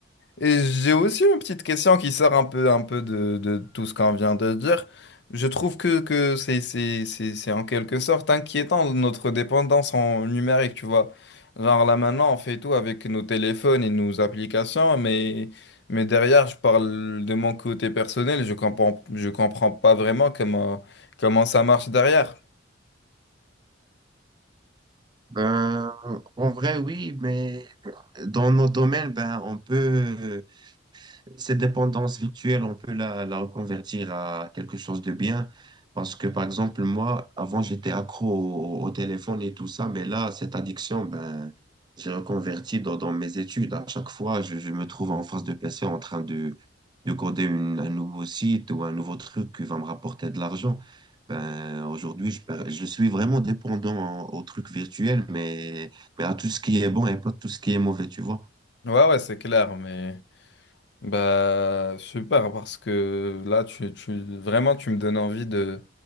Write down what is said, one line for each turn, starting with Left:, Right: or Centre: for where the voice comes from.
Left: Et, et j'ai aussi une petite question qui sort un peu, un peu de, de tout ce qu'on vient de dire. Je trouve que, que c'est, c'est, c'est, c'est en quelque sorte inquiétant notre dépendance en numérique, tu vois. Genre là maintenant, on fait tout avec nos téléphones et nos applications, mais, mais derrière, je parle de mon côté personnel, je comprends, je comprends pas vraiment comment, comment ça marche derrière.
Right: Ben, en vrai, oui, mais dans nos domaines, ben, on peut cette dépendance virtuelle, on peut la, la reconvertir à quelque chose de bien. Parce que, par exemple, moi, avant, j'étais accro au, au téléphone et tout ça, mais là, cette addiction, ben, j'ai reconverti dans, dans mes études. À chaque fois, je, je me trouve en face de PC en train de, de coder une- un nouveau site ou un nouveau truc qui va me rapporter de l'argent. Ben, aujourd'hui, je, per- je suis vraiment dépendant au truc virtuel, mais, mais à tout ce qui est bon et pas tout ce qui est mauvais, tu vois.
Left: Ouais, ouais, c'est clair, mais... Bah, super, parce que là, tu, tu, vraiment, tu me donnes envie de,